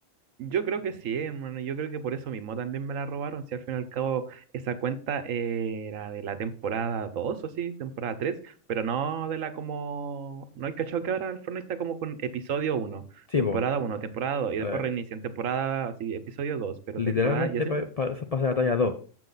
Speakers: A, on the right; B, on the left.
A: yo creo que sí, hermano. Yo creo que por eso mismo también me la robaron. Si al fin y al cabo esa cuenta eh, era de la temporada 2 o sí, temporada tres pero no de la como. No hay cachado que ahora el Fortnite está como con episodio uno
B: Sí,
A: temporada uno temporada 2, y
B: pues.
A: después reinician temporada, sí, episodio dos pero
B: Literalmente
A: temporada, y así.
B: pa- pa- eso pasa de talla dos